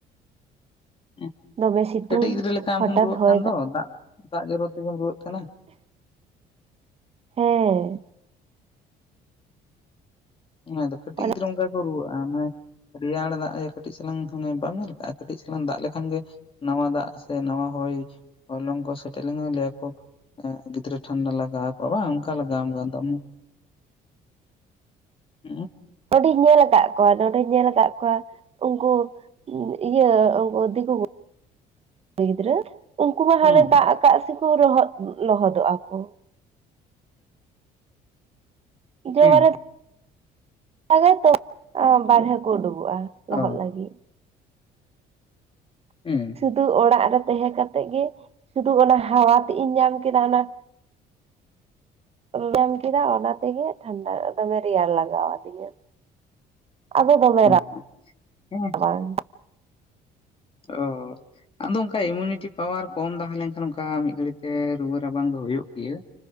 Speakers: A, on the left (about 30°); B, on the right (about 35°).
A: ᱩᱦ
B: ᱫᱚᱢᱮ ᱥᱤᱛᱩᱝ
A: ᱠᱟᱹᱴᱤᱡ ᱜᱤᱫᱽᱨᱟᱹ ᱞᱮᱠᱟ ᱟᱢ
B: ᱦᱚᱴᱟᱛ
A: ᱦᱚᱢ ᱨᱩᱣᱟᱹᱜ
B: ᱦᱚᱭ
A: ᱠᱟᱱ ᱫᱚ ᱫᱟᱜ, ᱫᱟᱜ ᱡᱚᱨᱚ ᱛᱮᱜᱮᱢ ᱨᱩᱣᱟᱹᱜ ᱠᱟᱱᱟ ᱾
B: ᱦᱮᱸ
A: ᱚᱱᱟᱫᱚ ᱠᱟᱹᱴᱤᱡ
B: ᱚᱱᱟ
A: ᱜᱤᱫᱽᱨᱟᱹ ᱚᱝᱠᱟ ᱠᱚ ᱨᱩᱣᱟᱹᱜᱼᱟ, ᱢᱟᱱᱮ ᱨᱮᱭᱟᱲ ᱫᱟᱜ ᱮ ᱠᱟᱹᱴᱤᱡ ᱪᱟᱞᱟᱝ, ᱦᱟᱱᱮ ᱵᱟᱢ ᱧᱮᱞ ᱠᱟᱜᱼᱟ, ᱠᱟᱹᱴᱤᱡ ᱪᱟᱞᱟᱝ ᱫᱟᱜ ᱞᱮᱠᱷᱟᱱ ᱜᱮ ᱱᱟᱣᱟ ᱫᱟᱜ ᱥᱮ, ᱱᱟᱣᱟ ᱦᱚᱭ ᱦᱚᱭᱞᱚᱝ ᱠᱚ ᱥᱮᱴᱮᱡ ᱞᱮᱠᱷᱟᱱ ᱞᱟᱹᱭ ᱟᱠᱚ ᱮᱸᱜᱽ ᱜᱤᱫᱽᱨᱟᱹ ᱴᱷᱟᱱᱰᱟ ᱞᱟᱜᱟᱣ ᱟᱠᱚᱣᱟ ᱵᱟᱝ, ᱚᱱᱠᱟ ᱞᱟᱜᱟᱣ ᱟᱢ ᱠᱟᱱ ᱫᱚ, ᱟᱢ ᱦᱚ? <inaudible>
B: ᱱᱚᱸᱰᱮᱧ ᱧᱮᱞ ᱠᱟᱜ ᱠᱚᱣᱟ, ᱱᱚᱸᱰᱮᱧ ᱧᱮᱞ ᱠᱟᱜ ᱠᱚᱣᱟ, ᱩᱝᱠᱩ ᱤᱭᱟᱹ ᱩᱱᱠᱩ ᱫᱤᱠᱩ <inaudible> ᱜᱤᱫᱽᱨᱟᱹ ᱩᱱᱠᱩ ᱢᱟ ᱦᱟᱱᱮ,
A: ᱦᱩᱸ
B: ᱫᱟᱜ ᱟᱠᱟᱜ ᱥᱮᱠᱚ ᱞᱚᱦᱚᱫ, ᱞᱚᱦᱚᱫᱚᱜᱼᱟ ᱠᱚ᱾ ᱡᱮᱹ
A: ᱦᱩᱸ
B: ᱵᱟᱨᱮ ᱟᱞᱮᱛᱚ ᱚ, ᱵᱟᱨᱦᱮ ᱠᱚ ᱳᱰᱳᱠᱚᱜᱼᱟ, ᱞᱚᱦᱚᱫ
A: ᱚ
B: ᱞᱟᱹᱜᱤᱫ᱾
A: ᱦᱩᱸ,
B: ᱥᱩᱫᱩ ᱚᱲᱟᱜ ᱨᱮ ᱛᱟᱦᱮᱸ ᱠᱟᱛᱮᱜ ᱜᱮ, ᱥᱩᱫᱷᱩ ᱚᱱᱟ ᱦᱟᱣᱟ ᱛᱮᱜ ᱤᱧ ᱧᱟᱢ ᱠᱮᱫᱟ, ᱚᱱᱟ ᱧᱟᱢ ᱠᱮᱫᱟ, ᱚᱱᱟ ᱛᱮᱜᱮ ᱴᱷᱟᱱᱰᱟ, ᱫᱚᱢᱮ ᱨᱮᱭᱟᱲ ᱞᱟᱜᱟᱣ ᱟᱫᱤᱧᱟ᱾ ᱟᱫᱚ ᱫᱚᱢᱮ, ᱨᱟ
A: ᱚ ᱦᱮᱸ
B: ᱵᱟᱝ ᱟᱭ᱾
A: ᱚ ᱟᱫᱚ ᱚᱱᱠᱟ ᱮᱢᱩᱱᱤᱴᱤ ᱯᱟᱣᱟᱨ ᱠᱚᱢ ᱛᱟᱦᱮᱸ ᱞᱮᱱᱠᱷᱟᱱ, ᱚᱱᱠᱟ ᱢᱤᱫ ᱜᱷᱟᱹᱲᱤ ᱛᱮ ᱨᱩᱣᱟᱹ ᱨᱟᱵᱟᱝ ᱫᱚ, ᱦᱳᱭᱳᱜ ᱜᱮᱭᱟ᱾